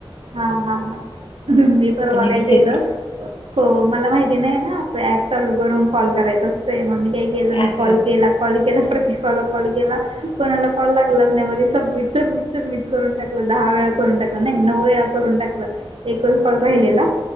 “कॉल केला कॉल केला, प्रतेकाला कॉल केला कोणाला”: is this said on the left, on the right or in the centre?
Right